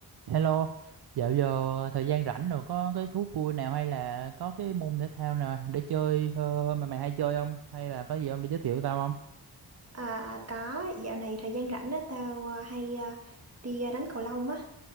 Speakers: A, on the right; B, on the right.
A: Hello, dạo giờ thời gian rảnh rồi có cái thú vui nào hay là có cái môn thể thao nào để chơi ờ, mà mày hay chơi không? Hay là có gì không để giới thiệu tao không?
B: À, có dạo này thời gian rảnh á tao à, hay à, đi à, đánh cầu lông á